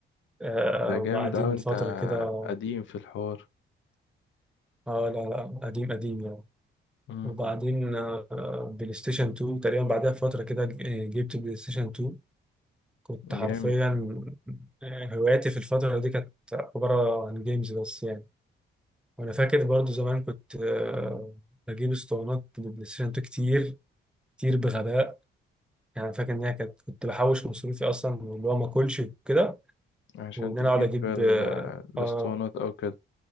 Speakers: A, in the centre; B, on the left (about 70°).
A: آه،
B: ده جامد
A: وبعدين
B: أوي أنت
A: فترة كده
B: قديم في الحوار
A: اه لا لا قديم قديم يعني
B: مم.
A: وبعدين آه، بلاي ستيشن 2 تقريبا بعدها فترة كده ج- جبت بلاي ستيشن 2 كنت
B: جامد
A: حرفيا آه، هواياتي في الفترة دي كانت عبارة عن جيمز بس يعني وأنا فاكر برضو زمان كنت آه، بجيب اسطوانات للبلاي ستيشن 2 كتير كتير بغباء يعني فاكر إن هي كانت كنت بحوش مصروفي أصلا واللي هو ما أكلش وكده
B: عشان
A: وإن
B: تجيب
A: أنا أقعد أجيب
B: ال-
A: آه
B: الاسطوانات
A: آه،
B: أو كده